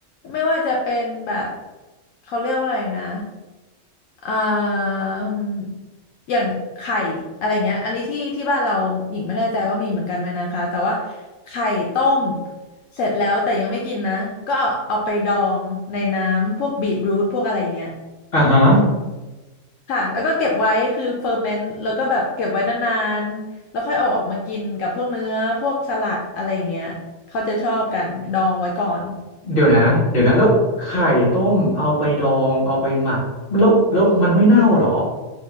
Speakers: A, on the left; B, on the left.
A: ไม่ว่าจะเป็นแบบเขาเรียกว่าอะไรนะอ่ามอย่างไข่อะไรเงี้ยอันนี้ที่ที่บ้านเราหญิงไม่แน่ใจว่ามีเหมือนกันไหมนะคะแต่ว่าไข่ต้มเสร็จแล้วแต่ยังไม่กินนะก็เอาไปดองในน้ำพวกบีทรูทพวกอะไรอย่างเงี้ย
B: อ่าฮะ
A: ค่ะแล้วก็เก็บไว้คือเฟอร์เมนต์แล้วก็แบบเก็บไว้นานๆแล้วค่อยเอาออกมากินกับพวกเนื้อพวกสลัดอะไรอย่างเงี้ยเขาจะชอบกันดองไว้ก่อน
B: เดี๋ยวนะเดี๋ยวนะแล้วไข่ต้มเอาไปดองเอาไปหมักแล้วแล้วมันไม่เน่าเหรอ